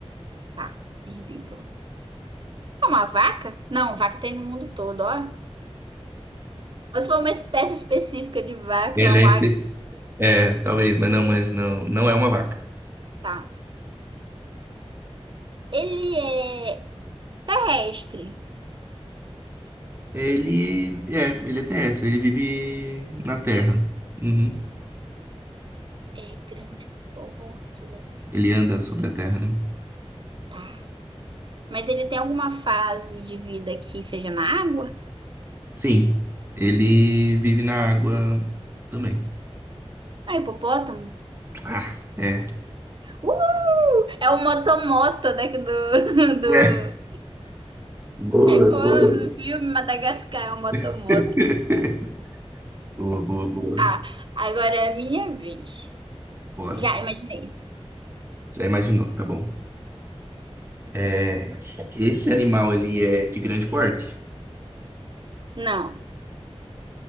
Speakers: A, on the right (about 50°); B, on the right (about 20°).
A: Tá, herbívoro. É uma vaca? Não, vaca tem no mundo todo, ó. Mas foi uma espécie específica de vaca,
B: Ele
A: lá
B: é,
A: um
B: espe-
A: águia.
B: é, talvez, mas não, mas não, não é uma vaca.
A: Tá. Ele é terrestre.
B: Ele é, ele é terrestre, ele vive na terra. Uhum.
A: É grande porte, ele é...
B: Ele anda sobre a terra, né?
A: Tá. Mas ele tem alguma fase de vida que seja na água?
B: Sim, ele vive na água também.
A: Ah, hipopótamo?
B: Ah, é.
A: Uh, é o motomoto daqui do, <laughs> do...
B: É. Boa,
A: Como
B: boa.
A: é o nome do filme? Madagascar é o motomoto.
B: <laughs> Boa, boa, boa.
A: Ah, agora é a minha vez.
B: Bora.
A: Já imaginei.
B: Já imaginou, tá bom. É, esse animal, ele é de grande porte?
A: Não,